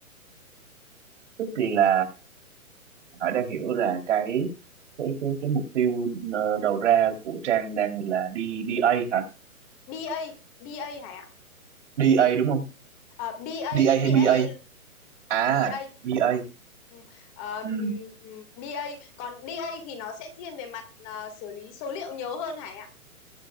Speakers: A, on the right; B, on the left.
A: tức là Hải đang hiểu là cái cái cái cái mục tiêu ờ, đầu ra của Trang đang là đi DA hả?
B: BA BA Hải ạ
A: DA đúng không?
B: à, BA
A: DA hay
B: BA
A: BA? À,
B: BA
A: BA.
B: ừ. Ừ. Ờ,
A: Ừ,
B: ừm, ừm, BA còn DA thì nó sẽ thiên về mặt à, xử lý số liệu nhiều hơn Hải ạ